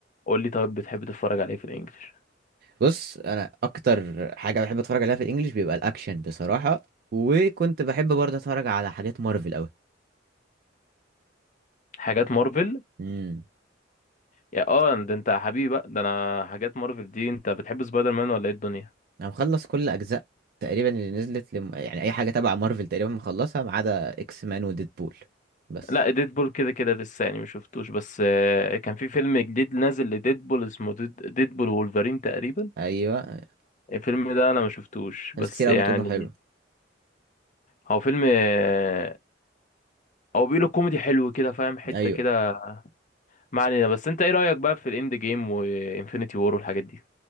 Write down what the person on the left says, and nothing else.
قول لي طيب بتحب تتفرج على ايه في الانجليش
حاجات مارفل
يا اه ده انت يا حبيبي بقى ده انا حاجات مارفل دي انت بتحب سبايدر مان ولا ايه الدنيا
لا ديدبول كده كده لسه يعني ما شفتوش بس آه، كان في فيلم جديد نازل لديدبول اسمه ديد ديدبول وولفرين تقريبا
الفيلم ده انا ما شفتوش بس
يعني
هو فيلم آه، هو بيقولوا كوميدي حلو كده فاهم حتة
كده ما علينا بس انت ايه رأيك بقى في الاند جيم وانفينيتي وور والحاجات دي